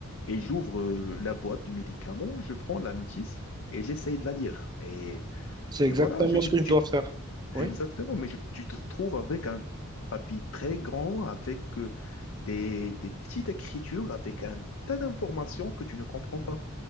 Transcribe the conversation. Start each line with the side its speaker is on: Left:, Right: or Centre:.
Left: et j'ouvre euh, la boîte du médicament, je prends la notice et j'essaye de la lire. Et,
Right: C'est exactement
Left: et voilà, je- tu,
Right: ce que je
Left: tu-
Right: dois faire. Oui.
Left: exactement, mais je- tu te trouves avec un papier très grand, avec euh, des, des petites écritures, avec un tas d'informations que tu ne comprends pas.